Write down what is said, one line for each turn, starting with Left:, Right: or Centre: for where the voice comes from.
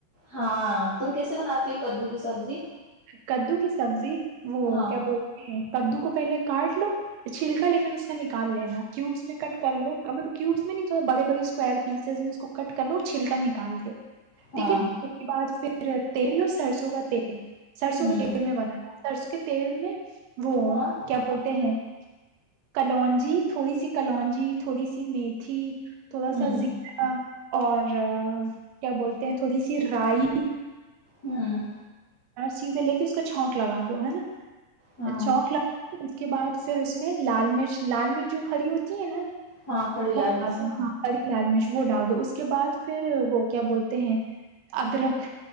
Left: ہاں تم کیسے بناتی ہو کدو کی سبزی
Right: کدو کی سبزی وہ
Left: ہاں
Right: کیا بولتے ہیں کدو کو پہلے کاٹ لو چھلکا لیکن اس کا نکال لینا کیوبس میں کٹ کر لو مطلب کیوبس میں نہیں بڑے بڑے اسکور پیسز میں اس کو کٹ کر لو چھلکا نکال کےے
Left: ہاں
Right: ٹھیک ہے اس کے بعد پھر تیل لو سرسوں کا تیل سرسوں
Left: ہوں
Right: کے تیل میں بنانا سرسوں کے تیل میں وہ
Left: ہاں
Right: کیا بولتے ہیں کلونجی تھوڑی سی کلونجی تھوڑی سی میتھی تھوڑا
Left: ہوں
Right: سا زیر اور کیا بولتے ہیں تھوڑی سی رائی
Left: ہوں
Right: چیزیں لے کے اس کا چھونک لگا دو ہے نا
Left: ہاں
Right: چوک کے بعد پھر اس میں لال مرچ لال مرچ جو کھڑی ہوتی ہے نا
Left: ہاں کھڑی
Right: اچ
Left: لال مرچیں
Right: ہاں خیال میں وہ ڈال دو اس کے بعد پھر وہ کیا بولتے ہیں ادرک